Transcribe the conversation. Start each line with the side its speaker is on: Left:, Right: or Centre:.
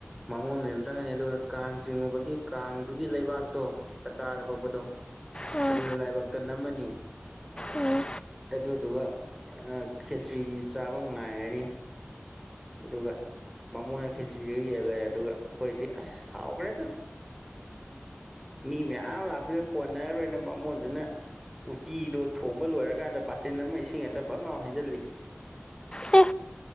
Centre: ꯕꯥꯃꯣꯟ ꯃꯌꯥꯝ ꯆꯪꯉꯅꯤ ꯑꯗꯨꯒ ꯀꯥꯡ ꯆꯤꯡꯉꯨꯕꯒꯤ ꯀꯥꯡꯗꯨꯒꯤ ꯂꯩꯕꯥꯛ ꯇꯣ ꯆꯔꯀꯥꯔꯗ ꯄꯣꯛꯄꯗꯣ
Left: ꯎꯝ
Centre: ꯑꯗꯨꯗꯣ ꯂꯥꯏꯕꯛꯇ ꯅꯝꯃꯅꯤ
Left: ꯎꯝ
Centre: ꯑꯗꯨꯗꯨꯒ ꯈꯦꯆ꯭ꯔꯤꯒꯤ ꯆꯥꯕ ꯉꯥꯏꯔꯅꯤ ꯑꯗꯨꯒ ꯕꯃꯣꯟꯅ ꯈꯦꯆ꯭ꯔꯤꯗꯨ ꯌꯦꯜꯂꯦ ꯑꯗꯨꯒ ꯑꯩꯈꯣꯏꯗꯤ ꯑꯁ ꯍꯥꯎꯒ꯭ꯔꯦꯗ ꯃꯤ ꯃꯌꯥꯝ ꯂꯥꯛꯄꯅꯤꯅ ꯀꯣꯟꯅꯔꯣꯏꯅ ꯚꯥꯃꯣꯟꯗꯨꯅ ꯎꯇꯤꯗꯣ ꯊꯣꯡꯕ ꯂꯣꯏꯔꯀꯥꯟꯗ ꯕꯥꯇꯤꯟ ꯑꯃ ꯏꯁꯤꯡ ꯍꯦꯛꯇ ꯐꯪ ꯂꯥꯎ ꯍꯩꯖꯜꯂꯤ
Left: ꯑꯦ